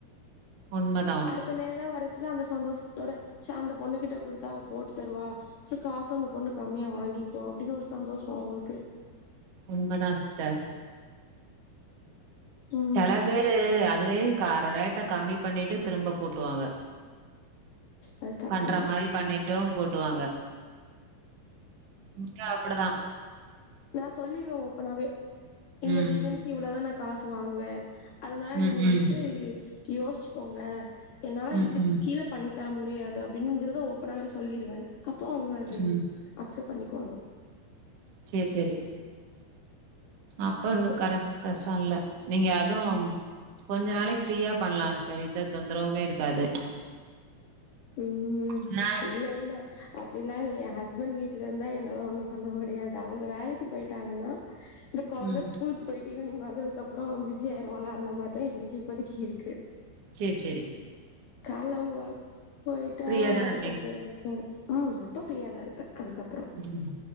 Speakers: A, on the right; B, on the left.
A: ஒன்மந்த்
B: அடுத்த நேரம் வரைச்சல அந்த சந்தோஷத்தோட ச அந்த பொண்ணு கிட்ட கொடுத்தா அவ போட்டு தருவா ச காசு அந்த பொண்ணு கம்மியா வாங்கிக்கும் அப்டின்னு ஒரு சந்தோஷம் அவங்களுக்கு
A: உண்மதா சிஸ்டர்
B: ம்
A: சில பேரு அதுலயே க ரேட்டை கம்மி பண்ணிட்டு திரும்ப கூட்டுவாங்க
B: அது தப்பு
A: பண்ற மாரி பண்ணிட்டும் கூட்டுவாங்க முஸ்டா அப்டிதா
B: நான் சொல்லிருவே ஓப்பனாவே இந்த
A: ம்.
B: டிசைனுக் இவ்வளதா நா காசு வாங்குவே அதனால
A: ம்,
B: நீங்க வந்துட்டு
A: ம்.
B: யோசிச்சுக்கோங்க என்னாலா
A: ம்,
B: இதுக்கு
A: ம்.
B: கீழ பண்ணி தர முடியாது அப்டிங்குறத ஓப்பனாவே சொல்லிருவே அப்போ அவங்க அது
A: ம்.
B: அக்சப்ட் பண்ணிக்குவாங்க
A: சேரி சேரி அப்ப அது கரட் கஷ்டம் இல்ல நீங்க அதும் கொஞ்ச நாளைக்கு ஃப்ரீயா பண்ணலா சிஸ்டர் எந்த தொந்தரவுமே இருக்காது
B: ம் ம்
A: ஆனா
B: இல்ல இல்ல அப்டில்லாம் இல்ல என் ஹஸ்பண்ட் வீட்ல இருந்தா என்னாலா ஒண்ணும் பண்ண முடியாது அவங்க வேலைக்கு போயிட்டாங்கன்னா இந்த கொழந்த
A: ம்,
B: ஸ்கூலுக்கு போயிட்டு ஈவினிங் வந்ததுக்கு அப்புறம் பிஸி ஆயிருவோல்ல அந்த மாரிதா எனக்கு இப்பதக்கு இருக்கு
A: சேரி சேரி
B: கால அவங்க ஒர்க் போயிட்டா
A: ஃப்ரீயா தான இருப்பீங்க.
B: ஓகே வா ருக்கும் ஆ ரொப்ப ஃப்ரியாதா இருப்பே அதுக்கப்புறம்
A: ம்